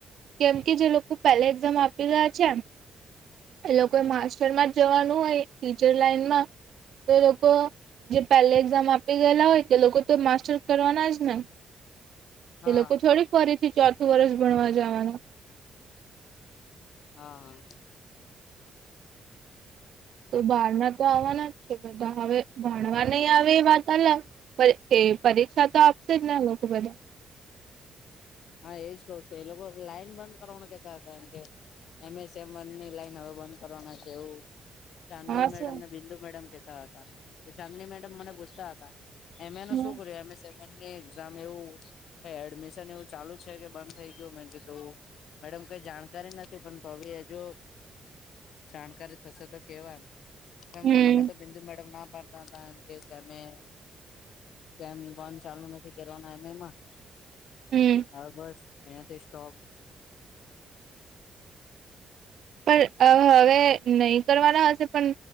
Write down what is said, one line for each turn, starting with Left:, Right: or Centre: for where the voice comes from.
Right: કેમ કે જે લોકો પહેલા એક્ઝામ આપી ગયા છે, એ લોકો એ માસ્ટરમાં જવાનું હોય ટીચર લાઈનમાં, તો લોકો જે પેલા એક્ઝામ આપી ગયેલા હોય એ લોકો તો માસ્ટર કરવાનાજ ને.
Left: હા
Right: એ લોકો થોડી ફરીથી ચોથું વર્ષ ભણવા જાવાના.
Left: હા, હા.
Right: તો બહાર ના તો આવવાના જ છે, પણ હવે ભણવા નહીં આવે એ વાત અલગ. <unintelligible> એ પરીક્ષા તો આપશે જ ને એ લોકો બધા.
Left: હા એજ કહું છું. એ લોકો લાઈન બંધ કરવાનું કહેતા હતા એમ કે. એમ એ સેમ વનની લાઈન હવે બંધ કરવાના છે એવું. ચાંદની
Right: હા
Left: મેડમ
Right: શું
Left: અને બિંદુ મેડમ કહેતા હતા. તો ચાંદની મેડમ મને પૂછતા હતા એમ એ નું
Right: હમ
Left: શું કર્યું? એમ એ સેમ વનની એક્ઝામ એવું એ એડમિશન એવું ચાલુ છે કે બંધ થઈ ગયું. મે કીધું મેડમ કંઈ જાણકારી નથી. પણ તો ભી હે જો જાણકારી થશે તો કહેવા એમ. કેમ
Right: હમ
Left: કે મને તો બિંદુ મેડમ ના પાડ તા તા એમ કે કેમે, સેમ વન ચાલુ નથી કરવાના એમ એ માં.
Right: હમ્મ.
Left: હવે બસ અહિયાંથી સ્ટોપ
Right: પણ અહ હવે નહીં કરવાના હશે પણ